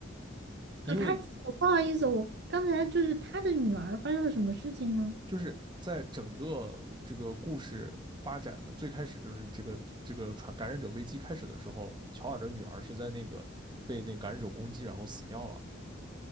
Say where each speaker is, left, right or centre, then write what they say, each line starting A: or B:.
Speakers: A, on the right (about 60°); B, on the right (about 25°).
A: 呃，
B: 因为
A: 他不好意思，我刚才就是他的女儿发生了什么事情呢？
B: 就是在整个这个故事发展的最开始，就是这个这个传感染者危机开始的时候，乔尔的女儿是在那个被那感染者攻击，然后死掉了。